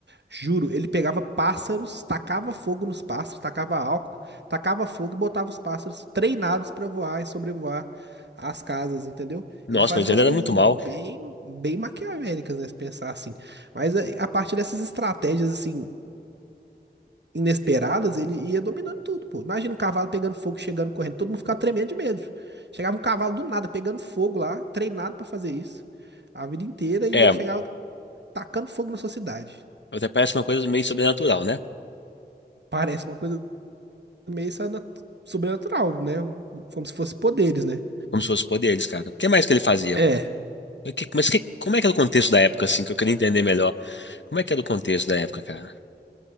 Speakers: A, on the right; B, on the left.
A: Juro, ele pegava pássaros, tacava fogo nos pássaros, tacava álcool, tacava fogo e botava os pássaros treinados pra voar e sobrevoar as casas, entendeu?
B: Nossa,
A: Ele faz
B: mas
A: umas
B: ele era
A: coisas
B: muito
A: bem,
B: mal.
A: bem maquiavélicas, né, se pensar assim. Mas eh, a partir dessas estratégias assim inesperadas, ele ia dominando tudo, pô. Imagina um cavalo pegando fogo, chegando correndo, todo mundo ficava tremendo de medo. Chegava um cavalo do nada pegando fogo lá, treinado pra fazer isso a vida inteira e
B: É,
A: ele chegava tacando fogo na sua cidade.
B: até parece uma coisa meio sobrenatural, né?
A: Parece uma coisa meio sa- nat- sobrenatural, né? Como se fosse poderes, né?
B: Como se fosse poderes, cara. O que mais que ele fazia?
A: É,
B: O que- mas que- como é que era o contexto da época, assim, que eu queria entender melhor? Como é que era o contexto da época, cara?